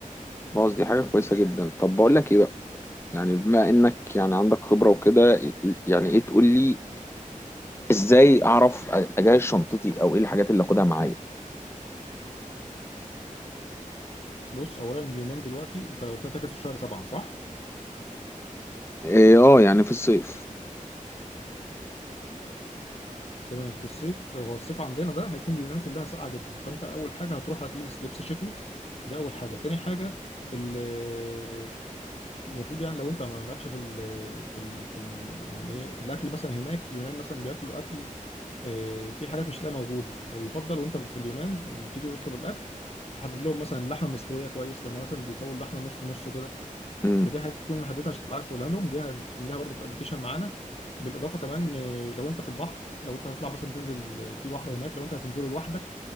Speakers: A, on the left; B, on the left.
A: خلاص دي حاجه كويسه جدا طب بقول لك ايه بقى يعني بما انك يعني عندك خبره وكده يعني ايه تقول لي ازاي اعرف اجهز شنطتي او ايه الحاجات اللي اخدها معايا
B: بص اولا اليونان دلوقتي انت قلت لي هتحجز في شهر سبعه صح؟
A: إيه، اه يعني في الصيف
B: تمام في الصيف هو الصيف عندنا ده هيكون اليونان كلها ساقعه جدا فانت اول حاجه هتروح هتلبس لبس شتوي ده اول حاجه تاني حاجه ال- المفروض يعني لو انت ما مالكش في ال في ال في ال يعني ايه الاكل مثلا هناك يونان مثلا بياكلوا اكل آه، في حاجات مش لا موجوده او يفضل وانت في اليونان لما تيجي تطلب الاكل تحدد لهم مثلا اللحمه مستويه كويس لما مثلا بيسووا اللحمه نص نص كده
A: امم
B: فدي حاجات تكون محددها عشان تبقى عارف تقولها لهم دي هتملاها برضو في الابلكيشن معانا بالاضافه كمان آه، لو انت في البحر لو انت هتطلع مثلا تنزل آه، في بحر هناك لو انت هتنزله لوحدك